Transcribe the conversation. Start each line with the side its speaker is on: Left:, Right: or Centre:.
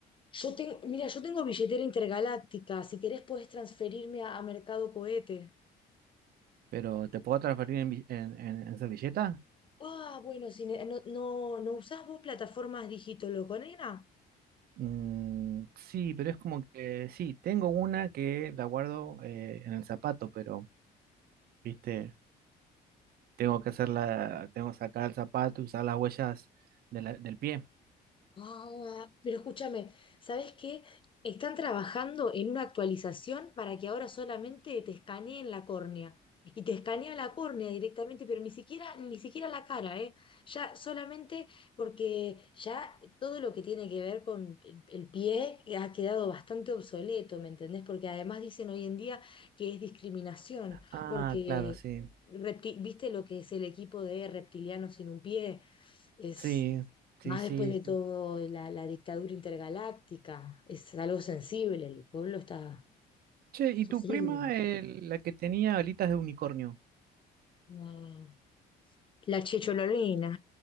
Left: Yo tengo, mira, yo tengo billetera intergaláctica. Si querés podés transferirme a, a Mercado Cohete.
Right: Pero ¿te puedo transferir en, vi- en, en- en servilleta?
Left: Ah, bueno, si ne- no, no, no usás vos plataformas digitologónicas,
Right: Mm, sí, pero es como que sí, tengo una que la guardo eh, en el zapato, pero viste, tengo que hacerla, tengo que sacar el zapato y usar las huellas de la- del pie.
Left: Ah, pero escúchame, ¿sabes qué? Están trabajando en una actualización para que ahora solamente te escaneen la córnea. Y te escanea la córnea directamente, pero ni siquiera, ni siquiera la cara, ¿eh? Ya solamente porque ya todo lo que tiene que ver con el el pie ha quedado bastante obsoleto, ¿me entendés? Porque además dicen hoy en día que es discriminación,
Right: Ah,
Left: porque
Right: claro, sí.
Left: repti- viste lo que es el equipo de reptilianos sin un pie. es
Right: Sí, sí,
Left: más
Right: sí.
Left: después de todo la, la dictadura intergaláctica, es algo sensible, el pueblo está
Right: Che, ¿y
Left: sufrido.
Right: tu prima, eh, la que tenía alitas de unicornio?
Left: Ah, La chechololina,